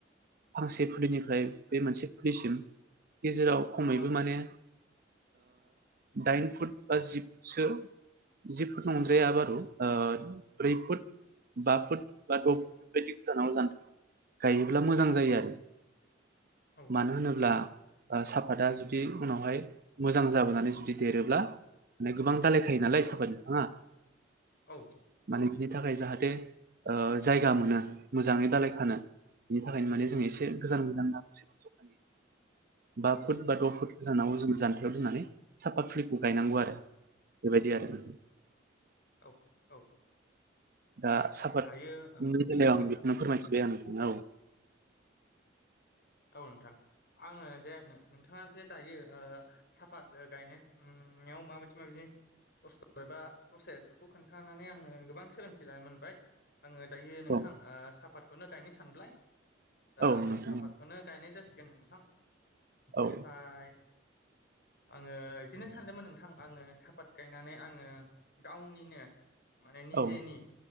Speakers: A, on the right; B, on the left.
A: फांसे फुलिनिफ्राय बे मोनसे फुलिसिम गेजेराव खमैबो
B: औ
A: माने दाइन ओ फुट बा जि फुटसो जि फुट नंद्राया बारु ब्रै फुट बा फुट बा द' फुट बेफोरबायदि गोजानाव <unintelligible> गायोब्ला मोजां जायो आरो।
B: औ
A: मानो होनोब्ला ओ साफाता जुदि उनावहाय मोजां जाबोनानै जुदि देरोब्ला माने गोबां दालायखायो नालाय साफा बिफाङा
B: औ
A: आरो बिनि थाखाय जाहाथे ओ जायगा मोनो मोजाङै दालाय खानो बिनि थाखायनो माने जों एसे गोजान गोजान <unintelligible> जखानि
B: <inaudible>
A: बा फुट बा द' फुट गोजानाव जों जान्थायाव दोननानै साफात फुलिखौ गायनांगौ आरो। बेबायदि आरो ना।
B: औ औ
A: दा साफातनि
B: दायो औ
A: बेलायाव आं
B: औ
A: बेखौनो फोरमायथिबाय आं नोंथां औ।
B: औ नोंथां आङो जे नोंथाङा जे दायो ओ साफात गायनायाव उम माबायदि माबायदि खस्थ' एबा प्रसेस बेखौ खोनथानानै आङो गोबां सोलोंथि लानो मोनबाय। आङो दायो नोंथां
A: औ
B: ओ साफातखौनो गायनो सानब्लाय दा
A: औ
B: आङो
A: नोंथां
B: साफात गायनाय जासिगोन नोंथां ओमफ्रायहाय
A: औ
B: आङो बिदिनो सानदोंमोन नोंथां आङो साफात गायनानै आङो गावनिनो माने निजेनि
A: औ